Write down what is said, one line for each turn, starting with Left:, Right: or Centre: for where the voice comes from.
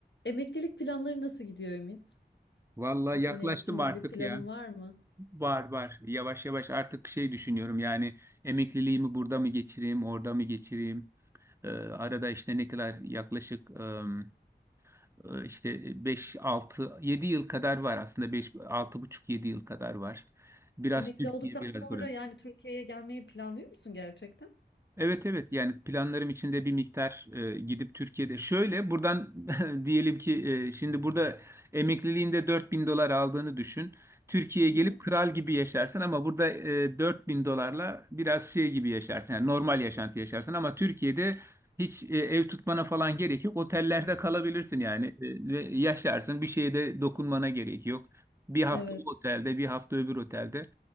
Left: Emeklilik planları nasıl gidiyor Ümit?
Right: Vallahi
Left: Bu sene
Right: yaklaştım
Left: için
Right: artık
Left: bir planın
Right: ya.
Left: var mı?
Right: Var var. Yavaş yavaş artık şey düşünüyorum yani emekliliğimi burada mı geçireyim, orada mı geçireyim? Ee, arada işte ne kadar yaklaşık ım, e, işte 5 6 7 yıl kadar var aslında. beş altı buçuk yedi yıl kadar var. Biraz
Left: Emekli
Right: Türkiye,
Left: olduktan
Right: biraz
Left: sonra
Right: burası.
Left: yani Türkiye'ye gelmeyi planlıyor musun gerçekten?
Right: Evet evet yani planlarım içinde bir miktar e, gidip Türkiye'de şöyle buradan <laughs> diyelim ki e, şimdi burada emekliliğinde 4000 dolar aldığını düşün. Türkiye'ye
Left: Hı
Right: gelip
Left: hı.
Right: kral gibi yaşarsın ama burada e, 4000 dolarla biraz şey gibi yaşarsın yani normal yaşantı yaşarsın ama Türkiye'de hiç e, ev tutmana falan gerek yok. Otellerde kalabilirsin yani e, ve yaşarsın bir şeye de dokunmana gerek yok. Bir hafta
Left: Evet.
Right: o otelde bir hafta öbür otelde.